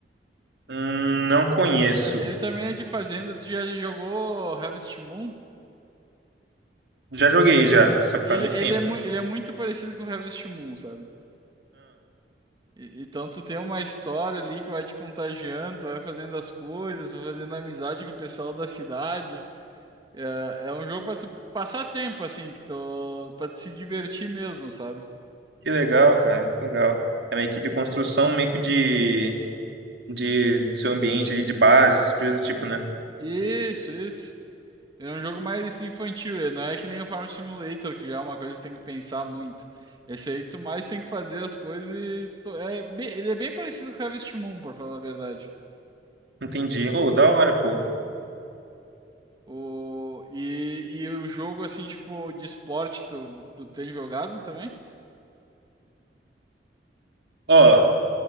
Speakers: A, on the right; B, on the right.
A: Hum, não conheço.
B: É, ele também é de fazenda. Tu já jogou Harvest Moon?
A: Já joguei já, só
B: Ele,
A: que faz muito
B: ele,
A: tempo.
B: é, mu- ele é muito parecido com o Harvest Moon, sabe? E- Então tu tem uma história ali que vai te contagiando, tu vai fazendo as coisas, vai fazendo amizade com o pessoal da cidade. É, é um jogo pra tu passar tempo, assim, que tu, pra tu se divertir mesmo, sabe?
A: Que legal, cara, que legal. É meio que de construção, meio que de, de do seu ambiente ali, de base, essas coisas do tipo, né?
B: Isso, isso. É um jogo mais infantil, ele não é que nem o Farm Simulator, que já é uma coisa que tem que pensar muito. Esse aí tu mais tem que fazer as coisas e tu- é, bem- ele é bem parecido com o Harvest Moon, por falar a verdade.
A: Entendi. Ô, da hora, pô.
B: O, e, e o jogo assim, tipo, de esporte, tu, tu tem jogado também?
A: Ó,